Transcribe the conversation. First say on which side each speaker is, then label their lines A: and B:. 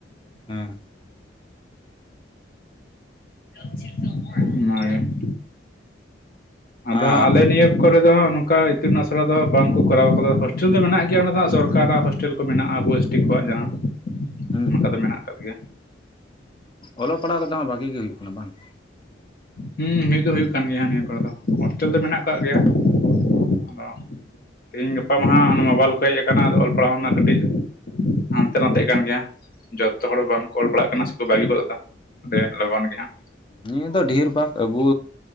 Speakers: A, on the left; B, on the left.
A: ᱦᱮᱸ ᱾
B: <unintelligible> ᱚᱱᱟᱜᱮ ᱾ ᱟᱫᱚ
A: ᱟᱨ
B: ᱦᱟᱸᱜ ᱟᱞᱮ ᱱᱤᱭᱟᱹᱼᱼ ᱠᱚᱨᱮ ᱫᱚ ᱦᱟᱸᱜ ᱚᱱᱠᱟ ᱤᱛᱩᱱ ᱟᱥᱲᱟ ᱫᱚ ᱵᱟᱝ ᱠᱚ ᱠᱚᱨᱟᱣ ᱠᱟᱫᱟ, ᱦᱳᱥᱴᱮᱞ ᱫᱚ ᱢᱮᱱᱟᱜ ᱜᱮᱭᱟ ᱚᱸᱰᱮ ᱫᱚ ᱦᱟᱸᱜ ᱥᱚᱨᱠᱟᱨᱟᱜ ᱦᱳᱥᱴᱮᱞ ᱾ ᱠᱚ ᱢᱮᱱᱟᱜᱼᱟ ᱟᱵᱚ ᱮᱥᱴᱤ ᱠᱚᱣᱟᱜ ᱡᱟᱦᱟᱸ,
A: ᱦᱩᱸ
B: ᱚᱱᱟᱠᱚ ᱫᱚ ᱢᱮᱱᱟᱜ ᱟᱠᱟᱫ ᱜᱮᱭᱟ ᱾
A: ᱚᱞᱚᱜ ᱯᱟᱲᱦᱟᱣ ᱠᱚᱫᱚ ᱦᱟᱸᱜ ᱵᱷᱟᱜᱤ ᱜᱮ ᱦᱩᱭᱩᱜ ᱠᱟᱱᱟ ᱵᱟᱝ ᱾
B: ᱦᱩᱸ ᱦᱩᱭ ᱫᱚ ᱦᱩᱭᱩᱜ ᱠᱟᱱ ᱜᱮᱭᱟ ᱦᱟᱸᱜ ᱱᱤᱭᱟᱹ ᱠᱚᱨᱮ ᱫᱚ, ᱦᱳᱥᱴᱮᱞ ᱫᱚ ᱢᱮᱱᱟᱜ ᱠᱟᱜ ᱜᱮᱭᱟ ᱾ ᱟᱫᱚ ᱛᱮᱦᱮᱧ ᱜᱟᱯᱟ ᱢᱟ ᱦᱟᱸᱜ ᱚᱱᱟ ᱢᱳᱵᱟᱭᱤᱞ ᱠᱚ ᱦᱮᱡ ᱠᱟᱱᱟ ᱟᱫᱚ ᱚᱞ ᱯᱟᱲᱦᱟᱣ ᱨᱮᱱᱟᱜ ᱠᱟᱹᱴᱤᱡᱼᱼ ᱦᱟᱱᱛᱮ ᱱᱟᱛᱮᱜ ᱠᱟᱱ ᱜᱮᱭᱟ ᱾ ᱡᱚᱛᱚ ᱦᱚᱲ ᱵᱟᱝ ᱠᱚ ᱚᱞ ᱯᱟᱲᱟᱜ ᱠᱟᱱᱟ, ᱥᱮᱠᱚ ᱵᱟᱹᱜᱤ ᱜᱚᱫ ᱮᱫᱟ ᱟᱹᱰᱤ ᱞᱚᱜᱚᱱ ᱜᱮ ᱦᱟᱸᱜ ᱾
A: ᱱᱤᱭᱟᱹ ᱫᱚ ᱰᱷᱮᱨ ᱵᱷᱟᱜᱽ ᱟᱵᱩ,